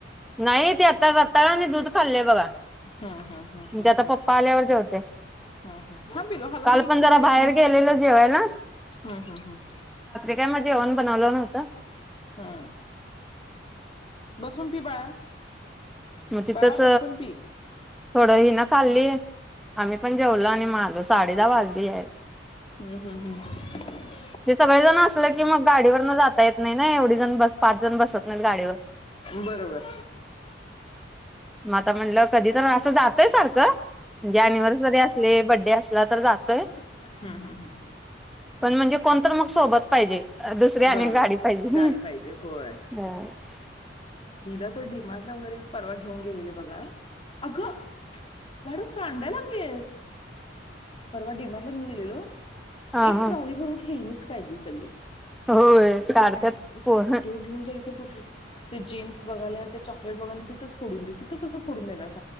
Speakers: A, in the centre; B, on the left.
A: नाही ते आत्ता जाता दुध खाल्ले बघा
B: हम् हम् हम्
A: ते आता
B: हम्
A: पप्पा आल्यावर जेवते
B: हम् थांब पिलू हालवून
A: काल
B: मिक्स
A: पण जरा
B: करून देत
A: बाहेर गेलेलो जेवायला
B: हम् हम् हम्
A: त्यामधे अवण बनवलं नव्हतं
B: हा बसून पि बाळा
A: म तिथंच
B: बाळा बसून पी
A: थोडं हि न खाल्ली आम्ही पण जेवलो आणि माले साडे दहा वाजले आहे
B: हम्म हम् हम्
A: ते सगळेजण असलं की मग गाडीवर न जाता येत नाही ना एवढी जण बस पाच जण बसत नाहीत गाडीवर
B: बरोबर
A: म आता म्हणलं कधी तर असं जातय सारखं म्हणजे अँनीवसरी असले बड्डे असल तुला तर जातय
B: हम् हम् हम
A: पण म्हणजे कोणत मग सोबत पाहिजे दुसरी आणि
B: बरोबर
A: गाडी पाहिजे.
B: गाडी पाहिजे होय
A: हम्म
B: हिला तर डिमाग, नवगैरे परवा घेऊन गेलेले बघा अगं लाडू सांडा लागलीयस. परवा डीर्माटला घेऊन गेलेलो.
A: हा
B: एक
A: हा
B: ट्रॉली भरून खेळणीच काय दि सगळी
A: होय काढतात
B: अ
A: पोर
B: कुठे घेऊन जायचं फुरसत. ते जिम्स बघायलात ते चॉकलेट बघाला आणि तिंथच पडून दे तिं कसं पडून देणार सा